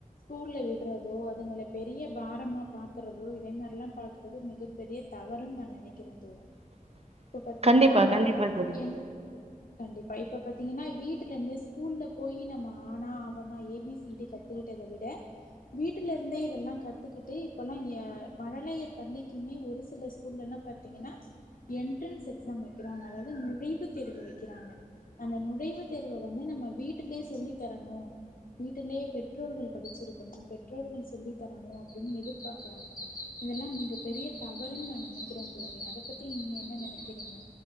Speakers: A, on the left; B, on the right.
A: தூள்ள விட் ட்றதோ அதுங்களை பெரிய பாரமா பாக்கறதோ இதே மாதிரிலா பாக்கறது மிகப்பெரிய தவறு நா நினைக்கிறே க்கிறே தோழி
B: <inaudible>
A: இப்ப பாத்தீங்கன்னா
B: கண்டிப்பா
A: ந
B: கண்டிப்பா தோழி
A: என் கண்டிப்பா இப்ப பாத்தீங்கன்னா வீட்டுல இருந்து ஸ்கூல்ல போய் நம்ம ஆனா அவனா ஏபிசிடி க தேட்டத விட வீட்டில இருந்தே இதெல்லா கத்துக்கிட்டு இப்பல்லா அ மழலையர் பள்ளிக்குமே ஒரு சில ஸ்கூல்ல எல்லாம் பத் பாதிங்கன்னா என்ட்ரன்ஸ் எக்ஸாம் வைக்கிறாங்க அதாவது நுழைவு தேர்வு வைக்கிறாங்க அந்த நுழைவுத் தேர்வ வந்து நம்ம வீட்டுலயே சொல்லி தரணு வீட்டிலயே பெற்றோர்கள் படிச்சிருக்கணு பெற்றோர்கள் சொல்லி தரணு அப்டினு எதிர்பாக்கறாங்க இதெல்லா மிக பெரிய தவறுனு நா நினைக்கிறே தோழி அத அத பத்தி நீங்க என்ன நெனைக்கிறீங்க